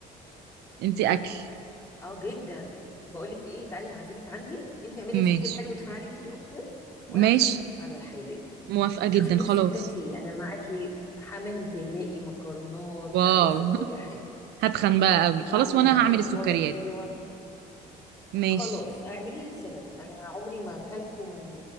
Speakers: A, on the right; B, on the left.
A: انت اكل
B: اه جدا بقول لك ايه تعالي هعزمك عندي انت اعملي يا ستي
A: ماشي
B: الحلو ده، تعالي بيه اوكي
A: ماشي
B: وانا اعزمك على الحادق
A: موافقة جدا
B: شوفي نفسك
A: خلاص
B: تاكلي إيه. انا معاكي حمام تلاقي مكرونات بقى
A: واو
B: بصي كل حاجه
A: <laughs> هتخن بقى قوي
B: بعمل
A: خلاص وانا
B: مناقيش
A: هعمل السكريات
B: برضه حلوه
A: ماشي
B: خلاص اعملي لي السينابون انا عمري ما اكلته من